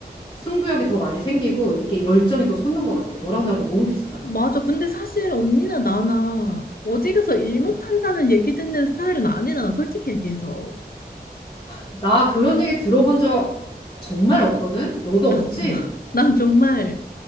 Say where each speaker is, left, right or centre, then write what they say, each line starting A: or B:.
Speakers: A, on the left; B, on the left.
A: 승부욕이 더 많이 생기고, 이렇게 열정이 더 솟는 것 같아. 너랑 나랑 너무 비슷하다.
B: 맞아. 근데 사실 언니나 나나 어디 가서 일 못한다는 얘기 듣는 스타일은 아니잖아, 솔직히 얘기해서.
A: 나 그런 얘기 들어본 적 정말 없거든? 너도
B: 나도야.
A: 없지?
B: <laughs> 난 정말